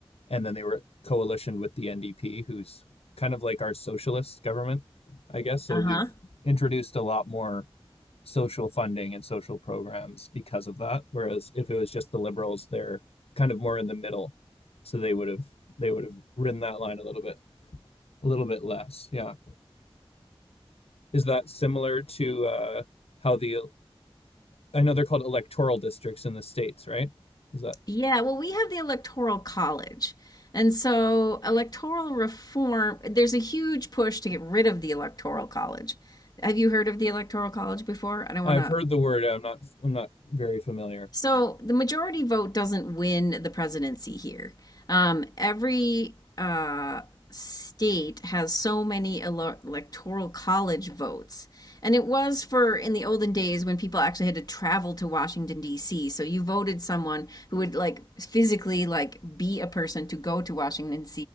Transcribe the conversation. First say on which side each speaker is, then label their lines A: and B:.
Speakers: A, on the left (about 80°); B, on the left (about 40°).
A: and then they were coalitioned with the NDP, who's kind of like our socialist government, I guess. So
B: Uh-huh.
A: we've introduced a lot more social funding and social programs because of that. Whereas if it was just the liberals, they're kind of more in the middle. So they would have they would have ridden that line a little bit a little bit less. Yeah. Is that similar to uh, how the I know they're called electoral districts in the states, right? Is that
B: Yeah, well, we have the Electoral College. And so, electoral reform, there's a huge push to get rid of the Electoral College. Have you heard of the Electoral College before? I don't
A: I've
B: want to
A: heard the word. I'm not. I'm not very familiar.
B: So the majority vote doesn't win the presidency here. Um, every uh, state has so many ele- electoral college votes, and it was for in the olden days when people actually had to travel to Washington D.C. So you voted someone who would like physically like be a person to go to Washington